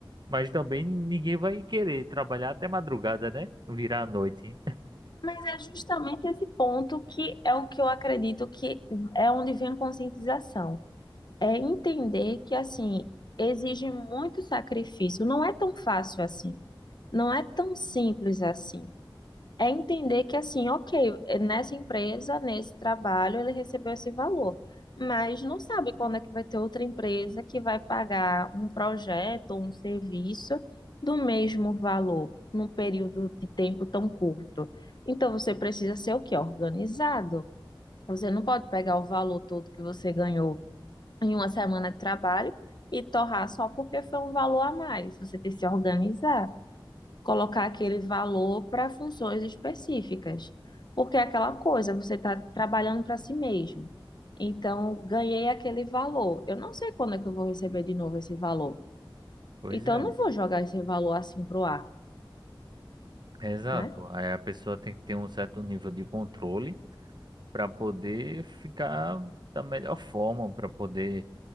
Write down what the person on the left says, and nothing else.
Mas é justamente esse ponto que é o que eu acredito que é onde vem a conscientização. É entender que, assim, exige muito sacrifício. Não é tão fácil assim. Não é tão simples assim. É entender que, assim, ok, nessa empresa, nesse trabalho, ele recebeu esse valor, mas não sabe quando é que vai ter outra empresa que vai pagar um projeto ou um serviço do mesmo valor, num período de tempo tão curto. Então, você precisa ser o quê? Organizado. Você não pode pegar o valor todo que você ganhou em uma semana de trabalho e torrar só porque foi um valor a mais. Você tem que se organizar colocar aquele valor para funções específicas. Porque é aquela coisa, você está trabalhando para si mesmo. Então, ganhei aquele valor. Eu não sei quando é que eu vou receber de novo esse valor.
Então,
eu não vou jogar esse valor assim pro ar,
né?